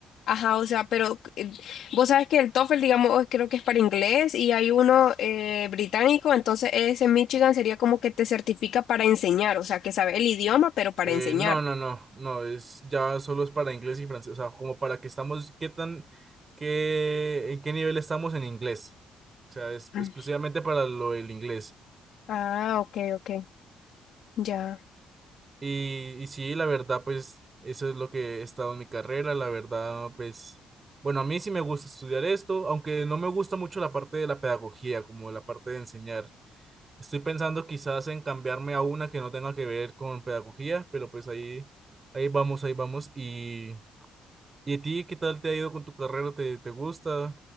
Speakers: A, on the left; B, on the right.
A: Ajá, o sea, pero eh, vos sabes que el TOEFL, digamos, creo que es para inglés y hay uno eh, británico, entonces ese en Michigan sería como que te certifica para enseñar, o sea, que sabe el idioma, pero para
B: Eh,
A: enseñar.
B: no, no, no, no, es ya solo es para inglés y francés, o sea, como para que estamos, qué tan, qué, en qué nivel estamos en inglés. O sea, es
A: Mm.
B: exclusivamente para lo del inglés.
A: Ah, ok, ok, ya.
B: Y, y sí, la verdad, pues eso es lo que he estado en mi carrera, la verdad, pues, bueno, a mí sí me gusta estudiar esto, aunque no me gusta mucho la parte de la pedagogía, como la parte de enseñar. Estoy pensando quizás en cambiarme a una que no tenga que ver con pedagogía, pero pues ahí, ahí vamos, ahí vamos. ¿Y, y a ti qué tal te ha ido con tu carrera? ¿Te, te gusta?